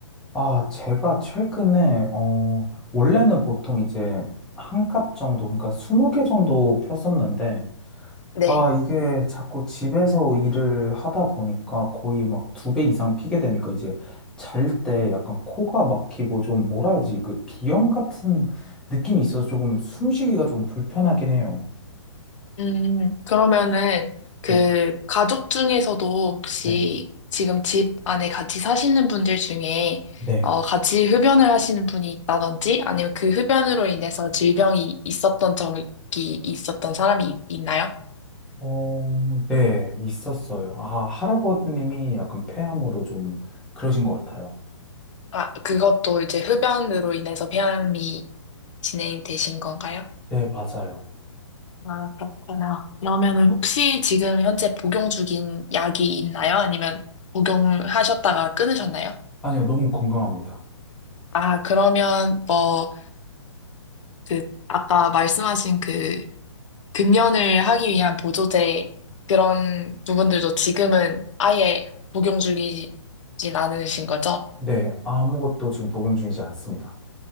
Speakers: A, in the centre; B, on the left (about 70°).
A: 아, 제가 최근에, 어, 원래는 보통 이제 한 값 정도, 그러니까 20개 정도 폈었는데,
B: 네.
A: 아, 이게 자꾸 집에서 일을 하다 보니까 거의 막 두 배 이상 피게 되니까 이제 잘 때 약간 코가 막히고 좀 뭐라 하지, 그 비염 같은 느낌이 있어서 조금 숨쉬기가 조금 불편하긴 해요.
B: 음, 그러면은 그
A: 네,
B: 가족 중에서도 혹시
A: 네,
B: 지금 집 안에 같이 사시는 분들 중에
A: 네.
B: 어, 같이 흡연을 하시는 분이 있다든지 아니면 그 흡연으로 인해서 질병이 있었던 적이 있었던 사람이 있- 있나요?
A: 어, 네, 있었어요. 아, 할아버님이 약간 폐암으로 좀 그러신 것 같아요.
B: 아, 그것도 이제 흡연으로 인해서 폐암이 진행되신 건가요?
A: 네, 맞아요.
B: 아, 그렇구나. 그러면은 혹시 지금 현재 복용 중인 약이 있나요? 아니면 복용하셨다가 끊으셨나요?
A: 아니요, 너무 건강합니다.
B: 아, 그러면 뭐 그 아까 말씀하신 그 금연을 하기 위한 보조제 그런 부분들도 지금은 아예 복용 중이진 않으신 거죠?
A: 네, 아무것도 지금 복용 중이지 않습니다.